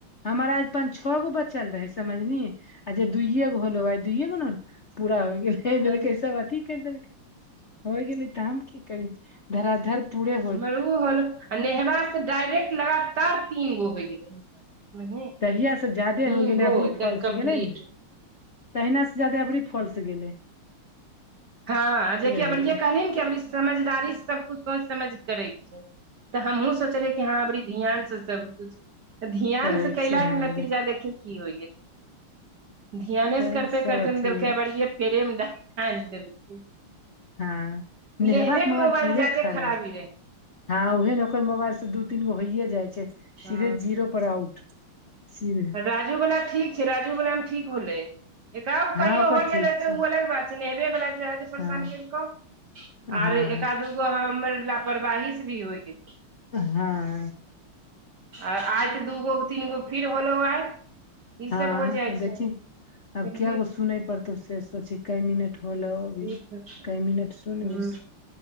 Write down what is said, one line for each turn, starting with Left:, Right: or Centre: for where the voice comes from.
Left: हमर आज पाँच - छ गो बचल रहै समझलि। आ जे दुइयएगो होलो आइ दुइयएगो न पूरा होइ गेल
Right: तब
Left: देलक सब अथी कैर देलकै। होइ गेलै तऽ हम की करिए। धराधर पुरे
Right: हमर ओ होल आ नेहबाक स डायरेक्ट लगातार तीन गो होय गेलै। बुझलिही
Left: तहिया सँ जादे
Right: तीन
Left: होय गेलै,
Right: गो
Left: अबरी
Right: एकदम
Left: फॉल्स
Right: कम्प्लीट
Left: गेलै ने। तहिना सँ जादे अबरी फॉल्स गेलै।
Right: हँ जेकि
Left: से होलै
Right: अबर इे कहली कि समझदारी सबकुछ सोच समझ करै तऽ हमहूँ सोचलियै कि हँ बड़ी ध्यानसँ सबकिछु। तऽ ध्यान
Left: करैके
Right: से कयलाके
Left: छै हँ
Right: नतीजा
Left: लेकिन
Right: देखि की होइयै। ध्यान
Left: तऽ
Right: से करते
Left: सब
Right: -करते
Left: अथी
Right: ने देलकै बढ़े पेड़े मे ड देलकै।
Left: हँ नेहवा
Right: नेहबेके
Left: के मोबाइल पूरे
Right: ज्यादे
Left: खराब।
Right: खराबी रहै
Left: हँ उहे ने ओकर मोबाइल से दू तीन गो होइए जाइ छै।
Right: ह
Left: सीधे जीरो पर आउट सीधे
Right: राजूवला ठीक छै। राजूवलामे ठीक होलै। जै गप्प
Left: हँ
Right: कहिओ
Left: ओकर
Right: हो
Left: ठीक
Right: गेले
Left: छै
Right: त ओ अलग बात छै। नेहेबे बाला परेशानी
Left: हँ
Right: कनि कम।
Left: हँ
Right: आर एका, दुगो हमर लापरवाही। भी होइ गेलै
Left: हँ।
Right: आ आइठ त दूगो, तीन, गो फिर होलो आइ। ई
Left: हँ
Right: सब हो जाइ
Left: देखी
Right: छै
Left: आब
Right: बुझलियै
Left: के गो सुनै पड़तौ से सोची क मिनट होलो। भी
Right: ठीक
Left: कई मिनट सुन
Right: हँ
Left: मिस।